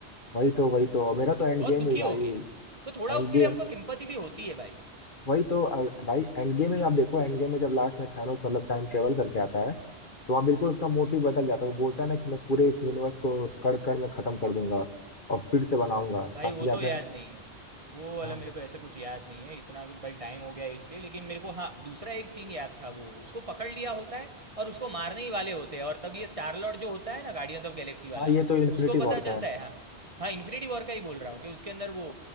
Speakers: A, on the left; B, on the right.
A: वही तो वही तो मेरा तो एंड
B: बहुत
A: गेम
B: दुखी
A: भी भाई
B: होके तो थोड़ा
A: एंड
B: उसके
A: गेम
B: लिए हमको सिंपति भी होती है भाई
A: वही तो और भाई एंड गेम में आप देखो एंड गेम में जब लास्ट में थानोस मतलब टाइम ट्रेवल करके आता है तो वहाँ बिल्कुल उसका मोटिव बदल जाता है वो बोलता है ना कि मैं पूरे इस यूनिवर्स को कड़ कड़ में खत्म कर दूंगा और फिर से बनाऊंगा
B: भाई
A: ताकि
B: वो
A: आप
B: तो याद नहीं है वो वाला
A: हाँ
B: मेरे को ऐसा कुछ याद नहीं है इतना कुछ भाई टाइम हो गया है इसलिए लेकिन मेरे को हाँ दूसरा एक सीन याद था वो उसको पकड़ लिया होता है और उसको मारने ही वाले होते हैं और तब ये स्टार लॉर्ड जो होता है ना गार्डियंस ऑफ गैलेक्सी वाला
A: हाँ ये तो इन्फिनिटी
B: उसको पता
A: वॉर का
B: चलता
A: है
B: है हाँ हाँ इन्फिनिटी वॉर का ही बोल रहा हूँ कि उसके अंदर वो